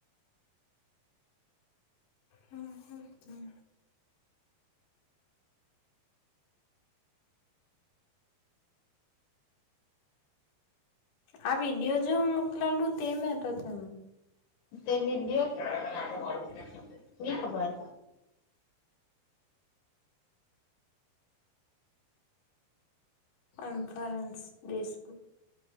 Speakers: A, on the left; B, on the left.
A: હમ હમ હમ. આ વિડીયો જો મોકલાવલું તે મેટ કેમ.
B: તે વિષયો કયા ખબર.
A: એમફરેન્સ દેશ.